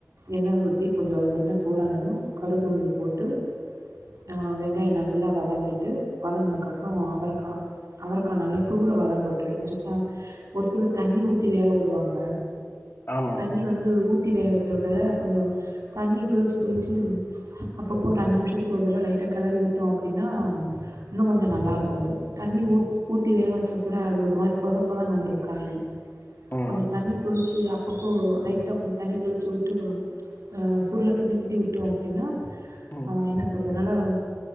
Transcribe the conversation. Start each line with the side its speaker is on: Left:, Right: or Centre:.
Right: எண்ண ஊத்தி கொஞ்சோ என்ன சூடானது கடுகுளுந்து போட்டு ஆ வெங்காயோ நல்லா வதங்கிட்டு வதங்கனதுக்கு அப்றோ அவரக்கா அவரக்கா நல்லா சுருள வதங்க உட்டுரு கொஞ்ச தா ஒரு சில தண்ணி ஊத்தி வேக வுடுவாங்க
Left: ஆமா
Right: தண்ணி வந்து ஊத்தி வேக வக்கிற விட கொஞ்சோ தண்ணி தொளிச்சு தொளிச்சு அப்பப்போ ஒரு அஞ்சு நிமிஷத்துக்கு ஒரு தடவ லைட்டா களறி விட்டோ அப்டின்னா இன்னு கொஞ்சோ நல்லா இருக்கு அது தண்ணி ஊத் ஊத்தி வேக வச்சா கூட அது ஒரு மாறி சொதா சொதான்னு வந்துரு காய்
Left: ம்
Right: கொஞ்ச தண்ணி தொளிச்சு அப்பப்போ லைட்டா கொஞ்ச தண்ணி தெளிச்சு உட்டு அ சுருள கிண்டி கிண்டி விட்டோ அப்டின்னா
Left: ம்
Right: என்ன சொல்றது நல்லா